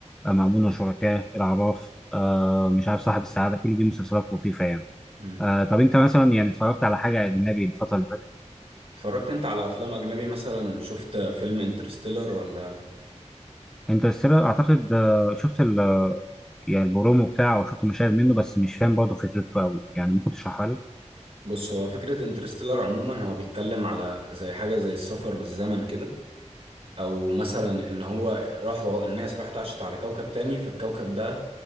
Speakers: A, in the centre; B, on the right (about 55°).
A: آه، مأمون وشركاه العراف آه مش عارف صاحب السعاده كل دي مسلسلات لطيفه يعني
B: مم.
A: آه طب انت مثلا يعني اتفرجت على حاجه اجنبي الفتره اللي فاتت
B: اتفرجت أنت على أفلام أجنبي مثلا شفت فيلم انترستيلر ولا
A: انترستيلر اعتقد آه شفت ال يعني البرومو بتاعه او شفت مشاهد منه بس مش فاهم برضه فكرته قوي يعني ممكن تشرحها لي
B: بص هو فكرة انترستيلر عموما هو بيتكلم على زي حاجة زي السفر بالزمن كده او مثلا ان هو راحوا الناس راحت عاشت على كوكب تاني فالكوكب ده